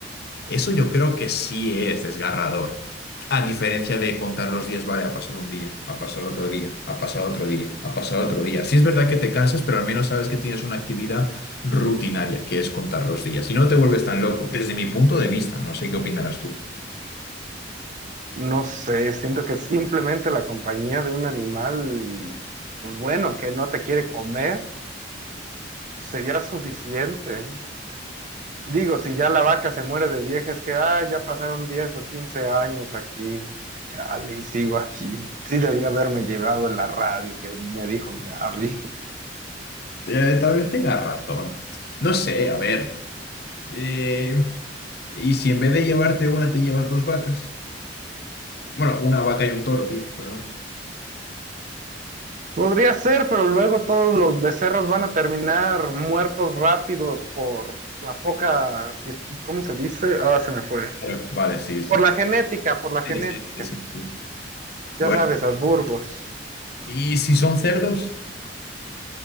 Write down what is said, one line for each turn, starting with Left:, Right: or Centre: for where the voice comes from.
Left: Eso yo creo que sí es desgarrador. A diferencia de contar los días, vale, ha pasado un día, ha pasado otro día, ha pasado otro día, ha pasado otro día. Sí es verdad que te cansas, pero al menos sabes que tienes una actividad rutinaria, que es contar los días. Y no te vuelves tan loco, desde mi punto de vista, no sé qué opinarás tú.
Right: No sé, siento que simplemente la compañía de un animal, pues bueno, que no te quiere comer sería suficiente. Digo, si ya la vaca se muere de vieja, es que, ah, ya pasaron 10 o 15 años aquí. Chale, y sigo aquí. Sí debía haberme llevado la radio que me dijo Gaby.
Left: Eh, tal vez tenga razón. No sé, a ver. eh, ¿y si en vez de llevarte una, te llevas dos vacas? Bueno, una vaca y un toro, digo, perdón.
Right: Podría ser, pero luego todos los becerros van a terminar muertos rápidos por la poca, dis- ¿cómo se dice? Ah, se me fue.
Left: Claro. Vale, sí, sí.
Right: Por la genética, por la genética.
Left: Sí, sí, sí, sí, sí.
Right: Ya
Left: Bueno,
Right: sabes, Habsburgos.
Left: ¿y si son cerdos?